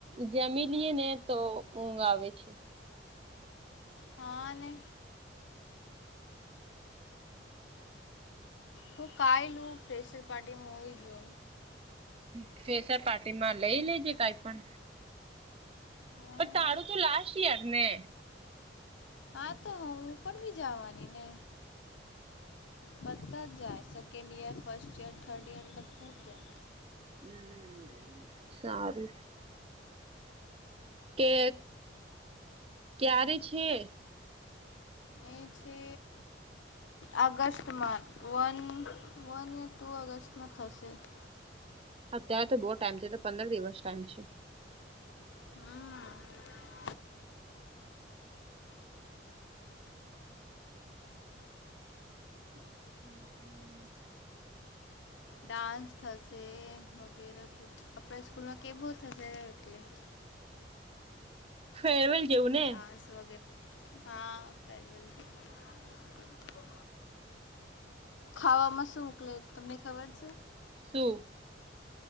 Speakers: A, on the right; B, on the left.
A: જમી લઈએ ને તો ઊંઘ આવે છે
B: હા અને હું કઈ લઉ પ્રેશર પાર્ટીમાં હોય ગઉ
A: હ ફેસર પાર્ટી માં લઈ લેજે કઈ પણ
B: હા
A: પણ તાળુ તો લાસશ્ટ ઇયરને
B: હા તો હ ઉપર બી જવાની ને બધા જ જાય શકે second year first year third year બધ જર
A: હમ સારું કે ક્યારે છે.
B: એ છે. ઓગસ્ટમાં વન વન યા ટુ ઓગસ્ટમાં થશે <unintelligible>
A: અત્યારે તો બહુ ટાઈમ છે. તો પંદર દિવસ ટાઈમ છે.
B: હમ
A: હમ હમ
B: ડાન્સ થશે વગેરે સુધ આપણા સ્કૂલમાં કે બો થશે એટલે-
A: ફેરવેલ જેવું ને-
B: ડાન્સ વગેરે હા પલથી- ખાવામાં શું મોકલે તમને ખબર છે?
A: શું?